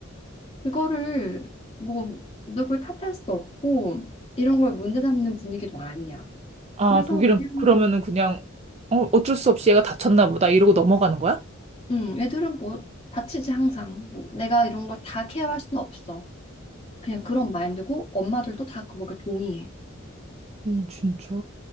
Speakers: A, on the left; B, on the right.
A: 그거를 뭐 누굴 탓할 수 없고 이런 걸 문제 삼는 분위기도 아니야.
B: 아,
A: 그래서
B: 독일은
A: 그냥
B: 그러면은 그냥 어, 어쩔 수 없이 얘가 다쳤나 보다 이러고 넘어가는 거야?
A: 음, 애들은 뭐 다치지 항상. 뭐 내가 이런 걸 다 케어할 수는 없어. 그냥 그런 마인드고 엄마들도 다 그거에 동의해.
B: 음, 진짜.